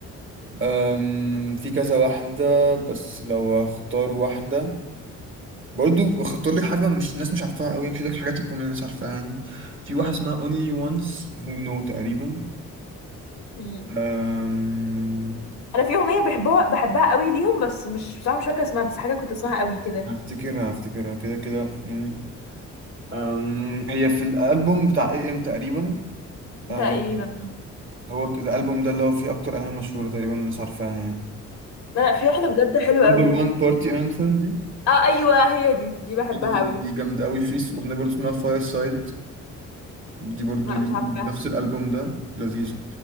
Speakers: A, on the right; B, on the left.
A: أم... في كذا واحده بس لو هختار واحده برضو خدت لك حاجة مش الناس مش عارفاها قوي مش لك حاجات تكون الناس عارفاها يعني في واحدة اسمها Only Once Who Know تقريبا
B: مم.
A: أم...
B: انا في اغنيه بحبها بحبها قوي ليهم بس مش بصراحه مش فاكره اسمها بس حاجه كنت اسمها قوي كده
A: هفتكرها هفتكرها كده كده يعني أم... هي في الألبوم بتاع اي ام تقريبا أم...
B: تقريبا
A: هو ك- الألبوم ده اللي هو فيه أكتر أغاني مشهورة تقريبا الناس عارفاها يعني
B: لا لا في واحده بجد حلوه
A: نمبر
B: قوي
A: 1 بارتي انثم دي
B: اه ايوه هي دي دي بحبها
A: كده كده
B: قوي
A: دي جامدة قوي في س- أغنية برضو اسمها فاير سايد دي برضو
B: لا
A: لي
B: مش عارفاها
A: نفس الالبوم ده لذيذه